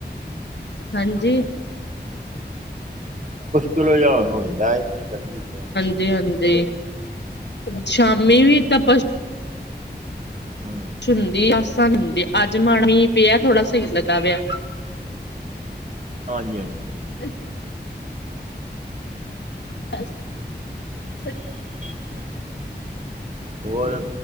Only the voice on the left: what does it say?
ਹਾਂਜੀ।
ਹਾਂਜੀ-ਹਾਂਜੀ, ਸ਼ਾਮੀਂ ਵੀ ਤੱਪਛ
ਹੁੰਦੀ ਆਸਾਂ ਹੁੰਦੀ, ਅੱਜ ਮਾੜਾ ਮੀਂਹ ਪਿਆ, ਥੋੜਾ ਸਹੀ ਲੱਗਦਾ ਪਿਆ।
<inaudible> <unintelligible>